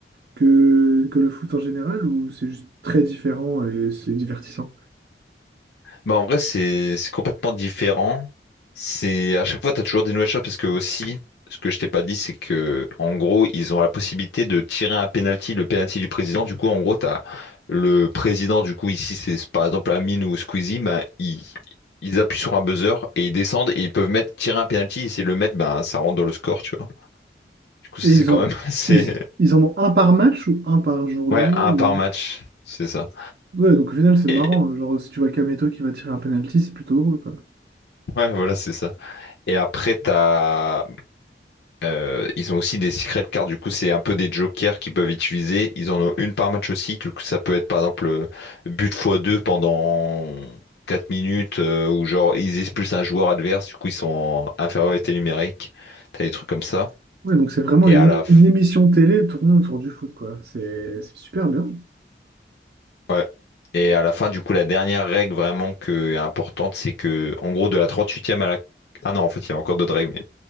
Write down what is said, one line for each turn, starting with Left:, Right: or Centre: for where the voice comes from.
Right: que, que le foot en général ou c'est juste très différent et c'est divertissant?
Left: Bah en vrai c'est c'est complètement différent. C'est à chaque fois t'as toujours des nouvelles choses parce que aussi ce que je t'ai pas dit c'est que en gros ils ont la possibilité de tirer un penalty, le penalty du président. Du coup en gros t'as le président du coup ici c'est par exemple Amine ou Squeezie, ben ils ils appuient sur un buzzer et ils descendent et ils peuvent mettre tirer un penalty et s'ils le mettent ben ça rentre dans le score tu vois. Du coup ça
Right: Et ils
Left: c'est quand
Right: ont,
Left: même <laughs> c'est
Right: ils, ils en ont un par match ou un par journée
Left: ouais un
Right: ou...
Left: par match c'est ça.
Right: Ouais, donc au final, c'est marrant.
Left: Et
Right: Genre, si tu vois Kameto qui va tirer un penalty, c'est plutôt drôle, quoi.
Left: ouais voilà c'est ça. Et après, t'as Euh, ils ont aussi des secret cards, du coup, c'est un peu des jokers qu'ils peuvent utiliser. Ils en ont une par match aussi, du coup, ça peut être par exemple euh, but fois 2 pendant 4 minutes, euh, ou genre ils expulsent un joueur adverse, du coup, ils sont en infériorité numérique. T'as des trucs comme ça.
Right: Ouais, donc c'est vraiment
Left: Et
Right: une,
Left: à la,
Right: ém-
Left: f-
Right: une émission télé tournée autour du foot, quoi. C'est c'est super bien.
Left: ouais. Et à la fin, du coup, la dernière règle vraiment que, importante, c'est que, en gros, de la 38e à la. Ah non, en fait, il y a encore d'autres règles, mais